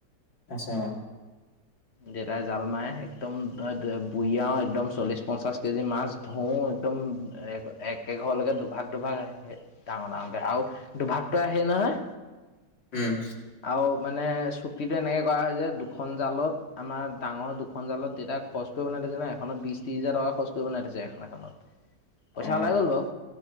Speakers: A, on the left; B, on the left.
A: আছা
B: দেতাই জাল মাৰে একদম বুৰিঅও একদম চল্লিশ পঞ্চাশ কেজি মাছ ধও একদম একে ঘৰলৈকে দুভাগ দুভাগ আহ ডাঙৰ ডাঙৰকে আৰু দুভাগত আহেই নহয়
A: উম
B: আৰু মানে চুক্তিটো এনেকে কৰা হয় যে দুখন জালত আমাৰ ডাঙৰ দুখন জালত দেউতা খৰচ কৰিব বনাই থৈছে না, এখনত বিশ ত্ৰিশ হাজাৰ টকা খৰচ কৰিব বনাই থৈছে এখন এখনত। পইচা
A: অ
B: ওলাই গ'ল বাৰু,